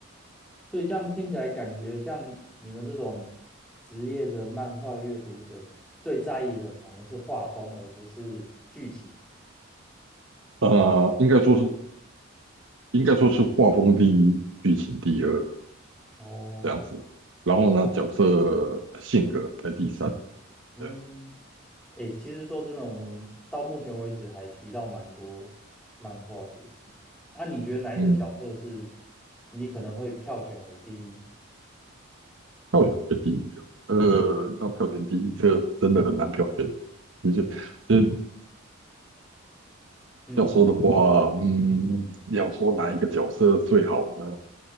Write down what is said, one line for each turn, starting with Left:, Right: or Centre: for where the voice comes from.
Centre: 所以这样听起来，感觉像你们这种职业的漫画阅读者，最在意的反而是画风，而不是剧情。
Right: 呃，应该说是应该说是画风第一，剧情第二。
Centre: 哦，
Right: 这样子。然后呢，角色性格排第三，
Centre: 嗯，
Right: 这样，
Centre: 诶，其实说真的，我们到目前为止还提到蛮多漫画主题。啊，你觉得哪一个角色是
Right: 嗯，
Centre: 你可能会票选为第一？
Right: 票选排第一哦。呃，要票选第一，这个真的很难票选。其实，其实
Centre: 嗯
Right: 要说的话，嗯，要说哪一个角色最好呢？